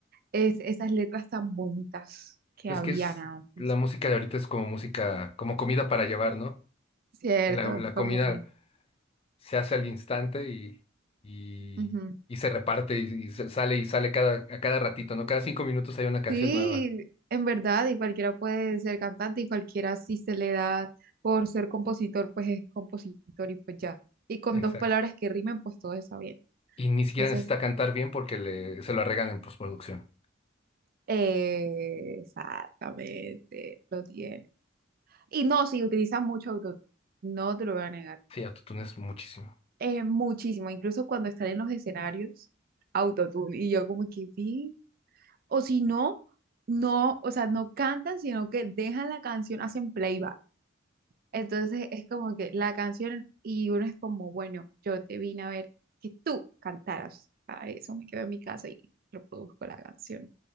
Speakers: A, on the right (about 45°); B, on the left (about 30°).
A: es, esas letras tan bonitas que
B: Pues
A: habían
B: que es,
A: antes.
B: la música de ahorita es como música, como comida para llevar, ¿no?
A: Cierto,
B: Que La, la
A: es como
B: comida
A: con-
B: se hace al instante y, y,
A: Ujú.
B: y se reparte y, y se sale y sale cada, a cada ratito, ¿no? Cada cinco minutos hay una canción
A: Sí,
B: nueva.
A: en verdad, y cualquiera puede ser cantante y cualquiera si se le da por ser compositor, pues es compositor y pues ya. Y con
B: Exacto.
A: dos palabras que rimen, pues todo está bien.
B: Y ni siquiera
A: Entonces,
B: necesita cantar bien porque le, se lo arreglan en postproducción.
A: eh, exactamente, lo tiene. Y no, sí, utilizan mucho autotune, no te lo voy a negar
B: Sí, autotunes muchísimo.
A: eh, muchísimo, incluso cuando están en los escenarios, autotune. Y yo como que vi, o si no, no, o sea, no cantan, sino que dejan la canción, hacen playback. Entonces es como que la canción y uno es como, bueno, yo te vine a ver que tú cantaras. Para eso me quedo en mi casa y reproduzco la canción.